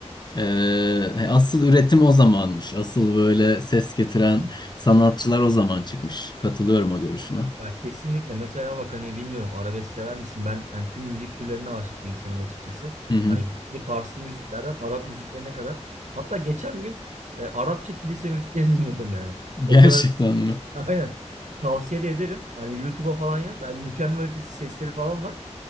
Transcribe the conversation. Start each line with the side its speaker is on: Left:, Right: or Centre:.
Left: ee, asıl üretim o zamanmış. Asıl böyle ses getiren
Right: Kesinlikle.
Left: sanatçılar o zaman çıkmış. Katılıyorum o görüşüne.
Right: Ya kesinlikle. Mesela bak hani bilmiyorum arabesk sever misin? Ben hani tüm müzik türlerine aşık bir insanım açıkçası.
Left: Hı hı.
Right: Hani bir Farslı müziklerden Arap müziklerine kadar. Hatta geçen gün e, Arapça kilise müzikleri <laughs> dinliyordum yani. O
Left: Gerçekten
Right: kadar
Left: mi?
Right: <laughs> aynen. Tavsiye de ederim. Hani YouTube'a falan yaz. Yani mükemmel ötesi sesleri falan var.